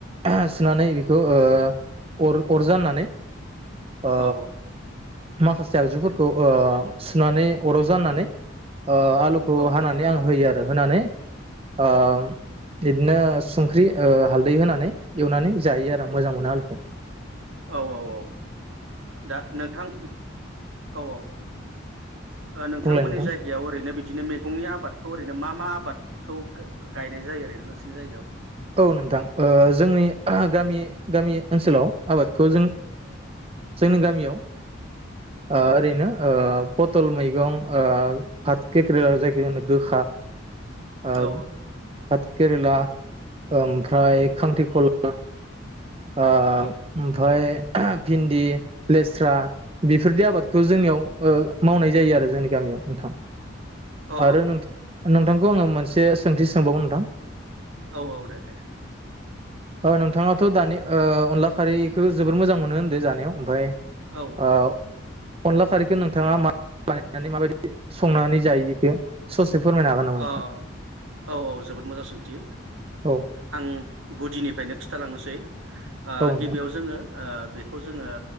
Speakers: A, on the right; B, on the right.
A: आ सुनानै ओ ओ अर अरजाननानै ओ
B: औ
A: माखासे आगजुफोरखौ ओ सुनानै अराव जानानै अ आलुखौ
B: औ
A: हानानै आं होयो आरो दा होनानै ओ बिदिनो संख्रि ओ हालदै होनानै एवनानै जायो आरो आं मोजां मोनो आलुखौ
B: औ औ औ दा नोंथां औ औ नोंथांमोननि
A: बुंलाय नोंथां
B: जायगायाव ओरैनो बिदिनो मैगंनि आबादखौ ओरैनो मा मा आबादखौ गायनाय जायो ओरैनो नोंसिनि जायगायाव
A: औ नोंथां ओ जोंनि गामि गामि ओनसोलाव आबादखौ जों जोंनि गामियाव आ
B: औ
A: ओरैनो ओ पटल मैगं ओ फाथ <unintelligible> जायखो होनो गोखा ओ <unintelligible>
B: औ
A: केरेला ओमफ्राय खांख्रिखला ओ
B: औ
A: ओमफ्राय भिन्दि लेस्रा बेफोरदि आबादखौ जोंनियाव ओ मावनाय जायो आरो जोंनि गामियाव नोंथां
B: औ
A: आरो नोंथांखौ आङो मोनसे एसे सोंथि सोंबावगोन नोंथां
B: औ औ दे दे
A: ओ नोंथाङाथ' दानि ओ अनला खारैखौ जोबोर मोजां मोनो होनदों जानायाव ओमफ्राय
B: औ औ
A: ओ अनला खारैखौ नोंथाङा मा बानायनानै माबायदि संनानै जायो <unintelligible> नामा नोंथां
B: अ औ औ जोबोद मोजां सोंथि
A: औ
B: आं गुदिनिफ्रायनो खिन्थालांनोसै ओ
A: औ नोंथां
B: गिबियाव जोङो ओ बेखौ जोङो